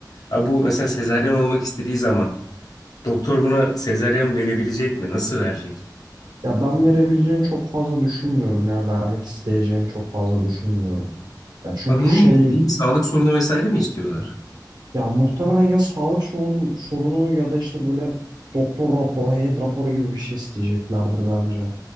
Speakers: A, on the left (about 55°); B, on the right (about 70°).
A: Abi bu mesela sezaryen olmak istediği zaman Doktor buna sezaryen verebilecek mi? Nasıl verecek?
B: ya ben verebileceğini çok fazla düşünmüyorum ya vermek isteyeceğini çok fazla düşünmüyorum ya çünkü
A: Abi ne
B: şey
A: bileyim ciddi bir sağlık sorunu vesaire mi istiyorlar?
B: ya muhtemelen ya sağlık sorun- sorunu ya da işte böyle doktor raporu heyet raporu gibi bir şey isteyeceklerdir bence